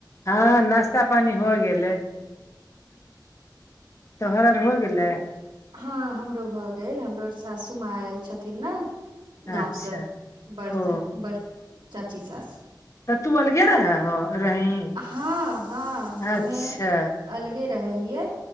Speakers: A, on the left; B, on the right.
A: हँ नास्ता पानि होइ गेलै तोहर आर हो गेलै
B: हँ हमरो भऽ गेल हमरो और सासू माँ आयल छथिन नऽ गाँवसँ
A: अच्छा
B: बड़ चा
A: ओ
B: बड़ चाची सास
A: तऽ तू अलगे रहेहो रही
B: हँ हँ
A: अच्छा
B: हमे अलगे रहै हिये